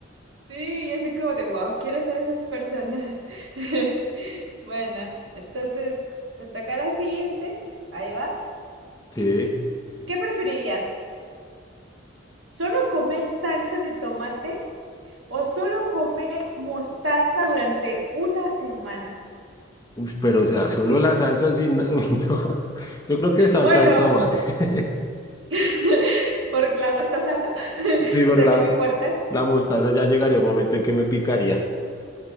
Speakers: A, on the right; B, on the left.
A: sí, y así como de wow, quiero ser esas personas. <laughs> Bueno, entonces me toca la siguiente. Ahí va.
B: Sí,
A: ¿Qué preferirías? ¿Solo comer salsa de tomate o solo comer mostaza durante una semana.
B: Uf, pero o sea, solo la salsa sin... <laughs> uy, no. Yo creo que salsa
A: Bueno,
B: de tomate. <laughs>
A: <laughs> porque la mostaza, ¿no? <laughs>
B: Sí,
A: Se
B: porque
A: te hace
B: la,
A: muy fuerte.
B: la mostaza ya llegaría un momento en que me picaría.